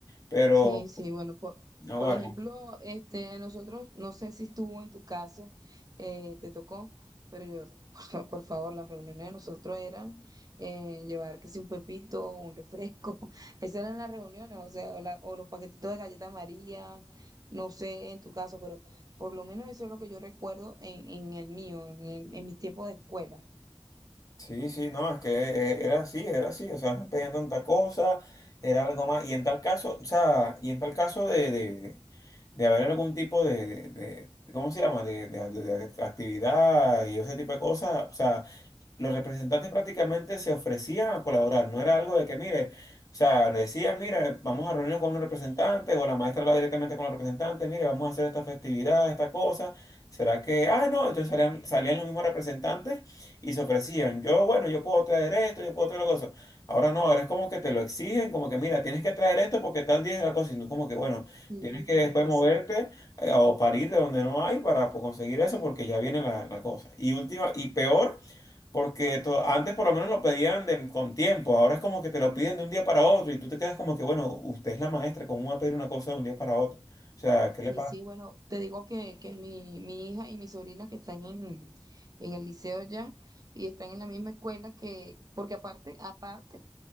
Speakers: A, on the left (about 35°); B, on the right (about 40°).
A: Pero...
B: Sí, sí, bueno, por,
A: Ahora,
B: por ejemplo, este, nosotros, no sé si estuvo en tu caso, eh, te tocó, pero yo, <laughs> por, fa- por favor, las reuniones de nosotros eran eh, llevar, que si un pepito, un refresco, <laughs> esas eran las reuniones, o sea, o, la- o los paquetitos de galleta María, no sé en tu caso, pero por lo menos eso es lo que yo recuerdo en, en el mío, en, el- en mis tiempos de escuela.
A: Sí, sí, no, es que eh, era así, era así, o sea, no pedían tanta cosa, era algo más, y en tal caso, o sea, y en tal caso de, de, de- de haber algún tipo de, de- de- ¿cómo se llama?, de, de- de- de actividad y ese tipo de cosas, o sea, los representantes prácticamente se ofrecían a colaborar, no era algo de que, mire, o sea, decían, mire, vamos a reunirnos con un representante, o la maestra hablaba directamente con los representantes, mire, vamos a hacer esta festividad, esta cosa, ¿será que, ah, no, entonces salían, salían los mismos representantes y se ofrecían, yo, bueno, yo puedo traer esto, yo puedo traer la cosa. Ahora no, ahora es como que te lo exigen, como que, mira, tienes que traer esto porque tal día es la cosa, y no como que, bueno,
B: Sí,
A: tienes que
B: sí,
A: después moverte
B: sí.
A: eh, o parir de donde no hay para pues, conseguir eso porque ya viene la, la cosa. Y última, y peor. Porque to- antes por lo menos lo pedían de- con tiempo, ahora es como que te lo piden de un día para otro y tú te quedas como que, bueno, usted es la maestra, ¿cómo va a pedir una cosa de un día para otro? O sea, ¿qué
B: Sí,
A: le pasa?
B: sí, bueno, te digo que, que mi, mi hija y mi sobrina que están en, en el liceo ya y están en la misma escuela que, porque aparte, aparte,